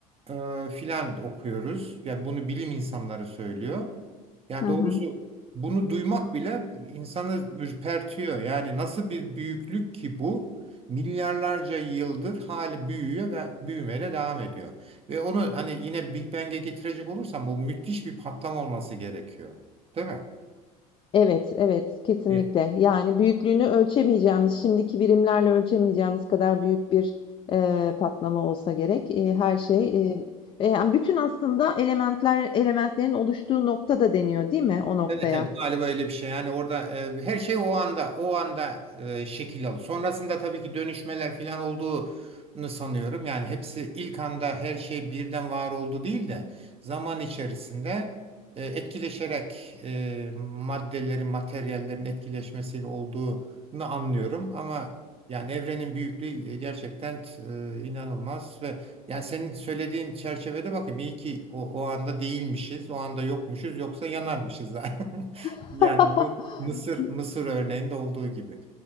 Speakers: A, on the right; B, on the left.
A: e, filan okuyoruz. Yani bunu bilim insanları söylüyor. Yani
B: Hı
A: doğrusu
B: hı.
A: bunu duymak bile insanı ürpertiyor. Yani nasıl bir büyüklük ki bu? milyarlarca yıldır hali büyüyor ve büyümeye de devam ediyor. Ve onu hani yine Big Bang'e getirecek olursam bu müthiş bir patlama olması gerekiyor. Değil mi?
B: Evet, evet, kesinlikle.
A: Bir-
B: Yani büyüklüğünü ölçemeyeceğimiz, şimdiki birimlerle ölçemeyeceğimiz kadar büyük bir e, patlama olsa gerek. E, her şey, e, e, yani bütün aslında elementler, elementlerin oluştuğu nokta da deniyor, değil mi? O noktaya.
A: Evet evet galiba öyle bir şey. Yani orada e, her şey o anda o anda e, şekil alıyor. Sonrasında tabii ki dönüşmeler falan olduğunu sanıyorum. Yani hepsi ilk anda her şey birden var oldu değil de zaman içerisinde e, etkileşerek e, maddelerin, materyallerin etkileşmesiyle olduğunu anlıyorum. Ama yani evrenin büyüklüğü e, gerçekten e, inanılmaz ve yani senin söylediğin çerçevede bakayım iyi ki o, o anda değilmişiz, o anda yokmuşuz yoksa yanarmışız da. <laughs>
B: <laughs>
A: Yani bu Mısır Mısır örneğinde olduğu gibi.